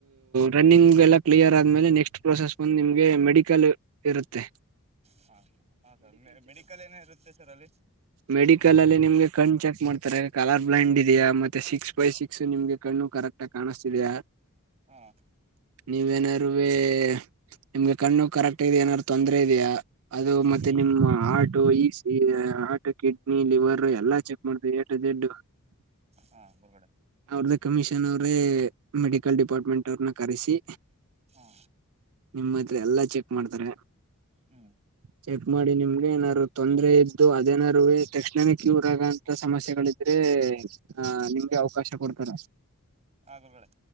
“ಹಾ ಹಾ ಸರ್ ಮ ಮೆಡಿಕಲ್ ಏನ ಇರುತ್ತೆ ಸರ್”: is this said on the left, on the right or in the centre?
Right